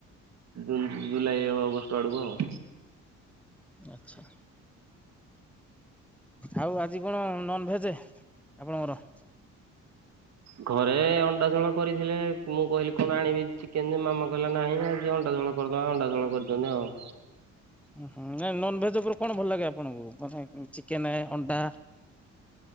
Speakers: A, on the right; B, in the centre.
A: ଜୁନ୍ ଜୁଲାଇ ଅଗଷ୍ଟ ଆଡ଼କୁ ଆଉ।
B: ଆଚ୍ଛା। ଆଉ ଆଜି କଣ ନନ୍ଭେଯେ ଆପଣଙ୍କର?
A: ଘରେ ଅଣ୍ଡା ଝୋଳ କରିଥିଲେ ମୁଁ କହିଲି କଣ ଆଣିବି ଚିକେନ ମାମା କହିଲା ନାହିଁ ଆଜି ଅଣ୍ଡାଝୋଳ କରିଦବା ଅଣ୍ଡା ଝୋଳ କରିଚନ୍ତି ଆଉ।
B: ହୁଁ ନଁ ନନଭେଜ ଉପରେ କଣ ଭଲ ଲାଗେ ଆପଣଙ୍କୁ ମାନେ ଚିକେନେ ଅଣ୍ଡା